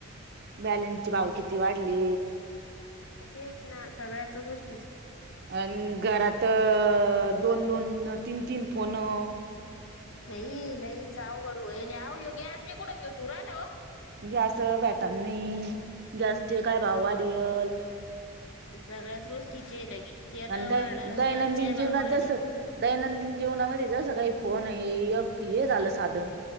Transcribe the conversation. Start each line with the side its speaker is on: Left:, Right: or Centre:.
Right: बॅलन्स चे भाव किती वाढले.
Left: म तेच ना सगळ्याच गोष्
Right: अन घरात अ दोन दोन, तीन तीन फोन अ
Left: बाई लईच अवघड होयेल, आओ ह्यो गॅस बी कुठं भेठू राहिला वो?
Right: गॅस अ भेटांन नही, गॅसचे काय भाव वाढेल?
Left: सगळ्याच गोष्टीचे लगी तेल
Right: आणि
Left: वाढन,
Right: दै दैनंदिन
Left: गॅसचे भाव
Right: जीवनात
Left: वाढे.
Right: जसं दैनंदिन जीवनामध्ये जसं काही फोन येहे एक हे झालं साधन.